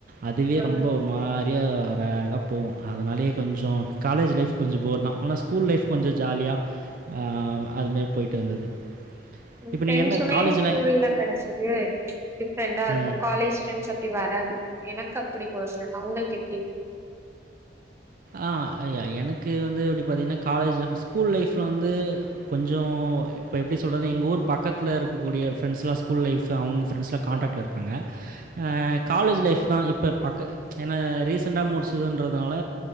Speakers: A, on the right (about 50°); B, on the right (about 15°).
A: அதுவே
B: ஆ
A: ரொம்ப ஒரு மாரியா வேகா போகு அதனாலயே கொஞ்சு காலேஜ் லைஃப் கொஞ்சோ போர் தா ஆனா ஸ்கூல் லைஃப் கொஞ்சு ஜாலியா ஆ அது மாரி போயிட்டு இருந்தது
B: ஃப்ரெண்ட்ஸுமே
A: இப்போ நீங்கள் என்ன காலேஜில்
B: ஸ்கூல்ல கிடைச்சது ம்ச் டிஃப்ரெண்டா இருக்கு
A: ம்
B: காலேஜ் ப்ரெண்ட்ஸ் அப்டி வராது எனக்கு அப் அப்படி பேர்ஸ்னல்லா உங்களுக்கு எப்டி
A: அ எனக்கு வந்து எப்டி பாத்தீங்கன்னா காலேஜ் லைஃப் ஸ்கூல் லைஃப்ல வந்து கொஞ்சு இப்போ எப்டி சொல்றது எங்க ஊர் பக்கத்தில இருக்கூடிய ஃப்ரெண்ட்ஸ்லா ஸ்கூல் லைஃப் அவங்க ஃப்ரெண்ட்ஸ்லா கான்டாக்ட்ல இருக்காங்க ஆ காலேஜ் லைஃப் தா இப்ப பக்க என்ன ரீசெண்ட்டா முடிச்சிதுன்றதுனால